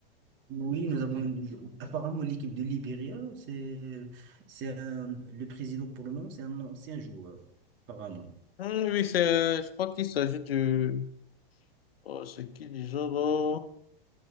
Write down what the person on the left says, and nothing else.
Hum, oui, c'est, je crois qu'il s'agit du, oh, c'est qui du genre, oh,